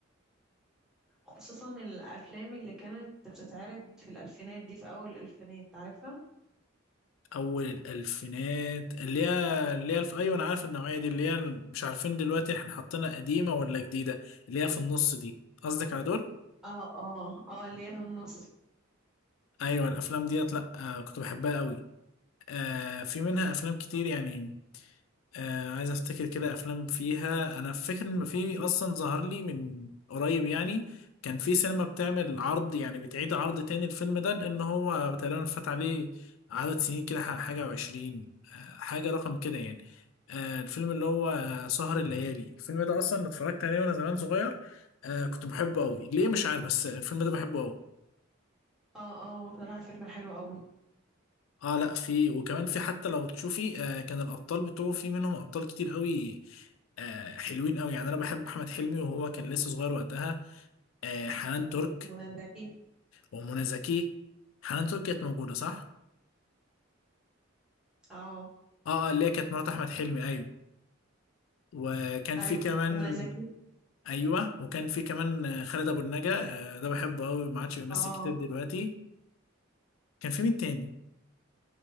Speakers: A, in the centre; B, on the left (about 75°).
A: خصوصا الافلام اللي كانت بتتعرض في الالفينات دي في اول الالفينات عارفها
B: اول الالفينات اللي هي اللي هي الف... ايوه انا عارف النوعيه دي اللي هي ال- مش عارفين دلوقتي احنا حاطينها قديمه ولا جديده اللي هي في النص دي قصدك على دول
A: اه اه اه اللي هي في النص
B: ايوه الافلام ديت لا آه كنت بحبها قوي آه في منها افلام كتير يعني آه عايز افتكر كده افلام فيها انا فاكر ان في اصلا ظهر لي من قريب يعني كان في سينما بتعمل عرض يعني بتعيد عرض تاني الفيلم ده لان هو تقريبا فات عليه عدد سنين كده ح- حاجة وعشرين آه حاجة رقم كده يعني آه الفيلم اللي هو سهر الليالي الفيلم ده اصلا اتفرجت عليه وانا زمان صغير آه كنت بحبه قوي ليه مش عارف بس الفيلم ده بحبه قوي
A: اه اه هو بصراحة فيلم حلو قوي
B: اه لا في وكمان في حتى لو تشوفي آه كان الابطال بتوعه في منهم ابطال كتير قوي آه حلوين قوي يعني انا بحب احمد حلمي وهو كان لسه صغير وقتها آه حنان ترك
A: ومنى زكي
B: ومنى زكي حنان ترك كانت موجوده صح
A: اه
B: اه اه اللي هي كانت مرات احمد حلمي ايوه وكان
A: ايوه
B: في كمان
A: ومنى زكي
B: ايوه وكان في كمان آه، خالد ابو النجا آه ده بحبه قوي ما عادش بيمثل
A: اه
B: كتير دلوقتي كان في مين تاني